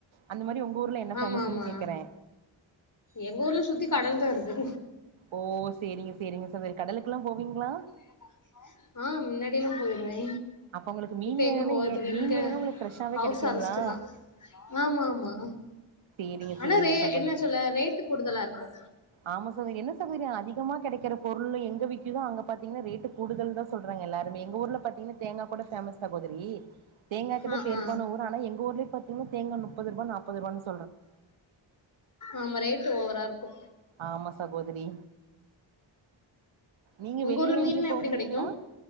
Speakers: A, on the right; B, on the left.
A: அந்த மாரி உங்க ஊர்ல என்ன
B: ஆமா
A: பேமஸுன்
B: ஆமா
A: கேக்கறே
B: எங்க ஊர்ல சுத்தி கடல் தா இருக்கு
A: ஓ சேரிங்க சேரிங்க சகோதரி கடலுக்கெல்லா போவீங்ளா
B: <unintelligible> போவீங்ளா ஆ மின்னாடி எல்லா போயிருவே
A: அப்ப உங்களுக்கு மீன்
B: இப்ப
A: வேணும்னா
B: எங்க போவற்துக்கு
A: ஏ மீன்
B: இங்க
A: வேணும்னா உங்களுக்கு ஃப்ரெஷ்ஷாவே
B: ஹவுஸ்
A: கெடைக்குங்களா
B: அரஸ்ட்டு தா ஆமா ஆமா
A: சேரிங்க
B: ஆனா
A: சேரிங்க
B: ரே
A: சகோதரி
B: என்ன சொல்ல ரேட்டு கூடுதலா இருக்கு
A: ஆமா சகோதரி என்ன சகோதரி அதிகமா கெடைக்கிற பொருள் எங்க விக்குதோ அங்க பாத்தீங்கன்னா ரேட்டு கூடுதல்ந்தா சொல்றாங்க எல்லாருமே எங்க ஊர்ல பாத்தீங்கன்னா தேங்கா கூட ஃபேமஸ் சகோதரி தேங்காக்கு
B: ஆ
A: தா பேர்
B: ஆ
A: போன ஊர் ஆனா எங்க ஊர்லி பாத் தேங்கா நுப்பதுருபா நாப்பதுருபானு
B: ஆமா ரேட்டு ஓவரா இருக்கு
A: ஆமா சகோதரி நீங்க
B: உங்க
A: வெளியில
B: ஊர்ல மீன்லா
A: எங்கேயு
B: எப்டி
A: போகலீங்களா
B: கெடைக்கு